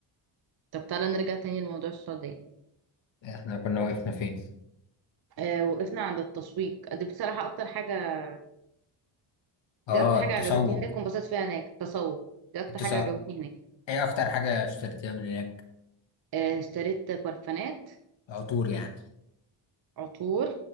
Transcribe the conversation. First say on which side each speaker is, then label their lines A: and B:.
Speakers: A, on the right; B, on the left.
A: طب تعالى نرجع تاني لموضوع السعودية
B: احنا كنا وقفنا فين
A: آه وقفنا عند التسويق دي بصراحة اكتر حاجة
B: اه
A: دي اكتر
B: التسوق
A: حاجة عجبتني هناك وانبسطت فيها هناك التسوق دي اكتر
B: التسوق
A: حاجة عجبتني هناك
B: ايه أكتر حاجة اشتريتها من هناك
A: آه اشتريت برفانات
B: عطور يعني
A: عطور